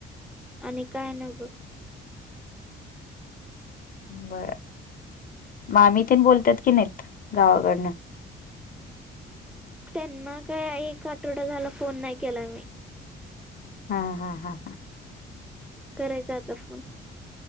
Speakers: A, in the centre; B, on the left.
A: आणि काय नाय बघ.
B: बर, मामी तेन बोलतात कि नाहीत गावाकडनं?
A: त्यांना काय एक आठवडा झाला, फोन नाही केला मी.
B: ह्म ह्म ह्म ह.
A: करायचा आता फोन.